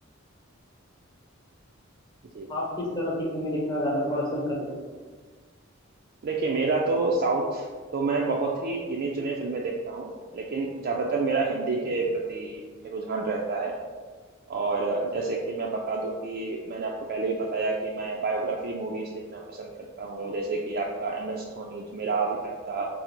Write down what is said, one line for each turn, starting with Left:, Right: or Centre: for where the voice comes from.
Right: जी
Left: आप किस तरह की फिल्में देखना ज्यादा पसंद करते
Right: देखिए मेरा तो साउथ तो मैं बहुत ही गिने चुने फिल्में देखता हूँ लेकिन ज्यादातर मेरा हिंदी
Left: हो
Right: के प्रति रुझान रहता है और जैसे कि मैं बता दूं कि मैंने आपको पहले भी बताया कि मैं बायोग्राफी मूवीज देखना पसंद करता हूँ जैसे कि आपका एम एस धोनी जो मेरा अभी तक का